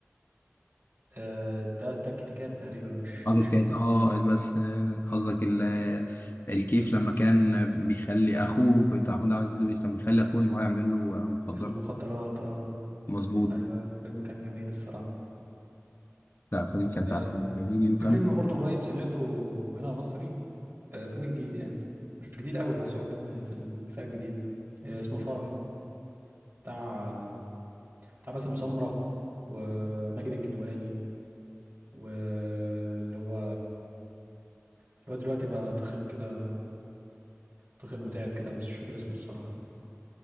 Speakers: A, on the right; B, on the left.
A: أه ده ده الكتكات تقريبا مش
B: اه
A: مش
B: كيت كات
A: ال-
B: اه بس آه، قصدك ال- آه، الكيف لما كان بيخلي اخوه بتاع محمود عبد العزيز بي- كان بيخلي اخوه ان هو يعمل له آه، مخدرات
A: المخدرات اه
B: مظبوط
A: ايوه فيلم كان جميل الصراحه
B: لا فيلم كان فعلا
A: أه
B: جميل وكان
A: في فيلم برضو قريب سمعته هنا مصري أه فيلم جديد يعني مش جديد قوي بس هو فيلم في الفئه الجديده أه اسمه الفرح بتاع بتاع باسم سمره وماجد الكدواني واللي هو اللي هو دلوقتي بقى تخن كده تخن وتعب كده بس مش فاكر اسمه الصراحه